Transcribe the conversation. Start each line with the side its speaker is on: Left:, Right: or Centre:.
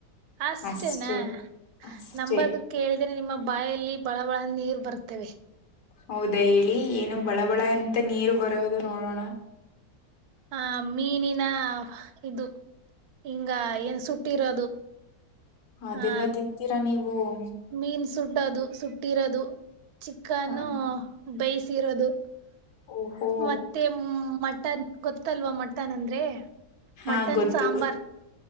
Right: ಅಷ್ಟೇನಾ
Left: ಅಷ್ಟೆ ಅಷ್ಟೇ
Right: ನಂಬದ. ಕೇಳಿದ್ರೆ ನಿಮ್ಮ ಬಾಯಲ್ಲಿ ಬಳ ಬಳ ನೀರ್ ಬರ್ತವೆ.
Left: ಹೌದಾ ಹೇಳಿ ಏನು ಬಳ ಬಳ ಅಂತ ನೀರು ಬರೋದು ನೋಡೋಣ.
Right: ಹ ಮೀನಿನ ಇದು. ಹಿಂಗ ಏನ್ ಸುಟ್ಟಿರೋದು.
Left: ಅದೆಲ್ಲ
Right: ಆ
Left: ತಿಂತೀರಾ ನೀವು. ಹ್ಮ.
Right: ಮೀನ್ ಸುಡದು ಸುಟ್ಟಿರೋದು ಚಿಕ್ಕನ್ನು.
Left: ಹ
Right: ಬೈಸಿರೊದು
Left: ಓಹೋ
Right: ಮತ್ತ. ಹ್ಮ್ ಮಟನ್ ಗೊತ್ತಲ್ವಾ ಮಟನ್ ಅಂದ್ರೆ
Left: ಹಾ
Right: ಮಟನ್
Left: ಗೊತ್ತು
Right: ಸಾಂಬಾರ್.
Left: ಗೊತ್ತು